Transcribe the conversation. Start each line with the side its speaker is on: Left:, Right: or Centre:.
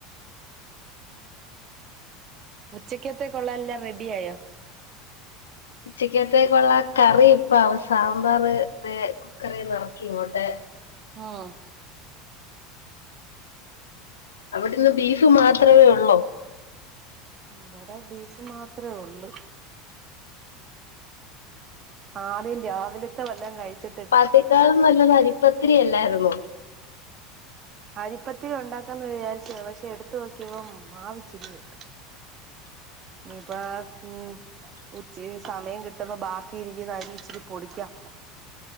Right: ഉച്ചക്കത്തെകൊള്ള എല്ലാം റെഡിയായോ
Left: ഉച്ചക്കത്തേക്കുള്ള കറി ഇപ്പ അവ സാമ്പാർ കുക്കറീന്ന് അറക്കി ഇങ്ങോട്ടെ
Right: ആഹ്
Left: അവിടുന്ന് ബീഫ് മാത്രവേ ഒള്ളൂ
Right: ഇവടെ ബീഫ് മാത്ര ഒള്ളൂ ആദ്യം രാവിലത്ത വല്ലാം കഴിച്ചിട്ട്
Left: ത്തേക്കാളും നല്ലത് അരിപ്പത്തിരിയല്ലാരുന്നോ
Right: അരിപ്പത്തിരി ഉണ്ടാക്കാന്ന് വിചാരിച്ചയാ. പക്ഷെ എടുത്തു നോക്കിയപ്പം മാവിച്ചിരിയുണ്ട് നീപ്പ ഉം ഉച്ചി സമയം കിട്ടുമ്പോ ബാക്കി ഇരിക്കുന്നരി ഇച്ചിരി പൊടിക്കാം